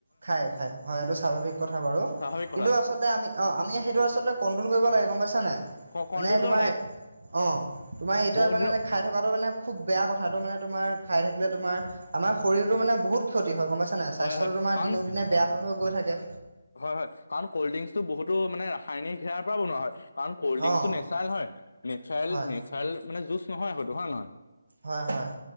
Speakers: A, on the right; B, on the left.
A: খাই খাই হয় এইটো স্বাভাৱিক কথা বাৰু
B: স্বাভাৱিক কথা
A: কিন্তু আচলতে আমি অ আমি সেইটো আচলতে কন্ট্ৰল কৰিব লা গম পাইছা নাই
B: কণ্ট্ৰল
A: মানে তোমাৰ
B: কৰিব লাগে
A: অ তোমাৰ এইটো
B: বহুত
A: মানে
B: দিনৰ
A: খাই থকাটো মানে খুব বেয়া কথাটো মানে তোমাৰ খাই থাকিলে তোমাৰ আমাৰ শৰীৰতো মানে বহুত ক্ষতি হয় গম পাইছ নে স্বাস্থ্যটো
B: হয় হয়
A: তোমাৰ
B: কাৰণ
A: দিনক দিনে বেয়া হৈ গৈ থাকে
B: হয় হয় কাৰণ কলড্ৰিংচটো বহুতো মানে ৰাসায়নিক সেৱাৰ পৰা বনোৱা হয় কাৰণ কলড্ৰিংকটো
A: অ
B: নেচাৰেল হয় নেচাৰেল
A: হয়
B: নেচাৰেল মানে জুচ নহয় হয়টো হয় নে নহয়
A: হয় হয়